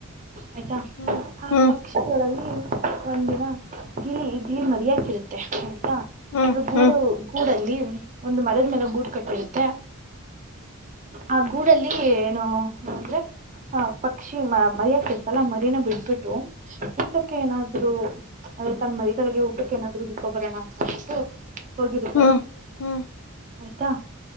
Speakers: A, on the right; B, on the left.
A: ಆಯ್ತಾ
B: ಹ್ಮ್
A: ಆ
B: ಹ್ಮ್
A: ಪಕ್ಷಿಗಳಲ್ಲಿ ಒಂದಿನ ಗಿಳಿ ಗಿಳಿ ಮರಿಯೋಕಿರುತ್ತೆ
B: ಹ್ಮ್
A: ಆದ್ರೂ ಗೂಡ
B: ಹ್ಮ್
A: ಗೂಡ ಒಂದ್ ಮರದ ಮೇಲೆ ಗುಡ್ ಕಟ್ಟಿರುತ್ತೆ ಆ ಗೂಡಲ್ಲಿ ಏನೋ ಏಂದ್ರೆ ಹಾ ಪಕ್ಷಿ ಮ ಮರಿಯಕ್ಕೆಸಲ ಮರಿನ ಬಿಟ್ಬಿಟ್ಟು ಊಟಕ್ಕೆ ಏನಾದ್ರು ಆದ್ರೆ ತನ್ ಮರಿಗಳಿಗೆ ಊಟಕ್ಕೆಏನಾದ್ರು ತಗೋ ಬರೋಣ ಅಂತ ಅನ್ಬಿಟ್ಟು ಹೋಗಿರುತ್ತೆ
B: ಹ್ಮ್ ಹ್ಮ್
A: ಆಯ್ತಾ